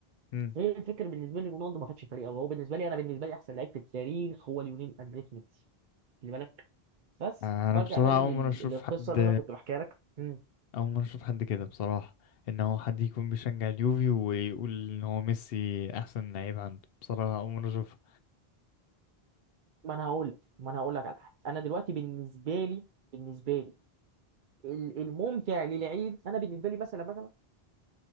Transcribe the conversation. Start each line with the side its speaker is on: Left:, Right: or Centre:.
Left: مم.
Right: هي الفكره بالنسبه لي رونالدو ما خدش فريق قوي هو بالنسبه لي انا بالنسبه لي احسن لعيب في التاريخ هو ليونيل اندريس ميسي خلي بالك بس
Left: آه، انا
Right: فارجع
Left: بصراحة
Right: تاني
Left: اول
Right: لل-
Left: مرة اشوف
Right: للقصه
Left: حد
Right: اللي انا كنت بحكيها لك مم.
Left: أول مرة أشوف حد كده بصراحة إن هو حد يكون بيشجع اليوفي ويقول إن هو ميسي أحسن لعيب عنده بصراحة أول مرة أشوفها
Right: ما انا هقول لك ما انا هقول لك على حاجه انا دلوقتي بالنسبه لي بالنسبه لي ال- الممتع للعيب انا بالنسبه لي مثلا مثلا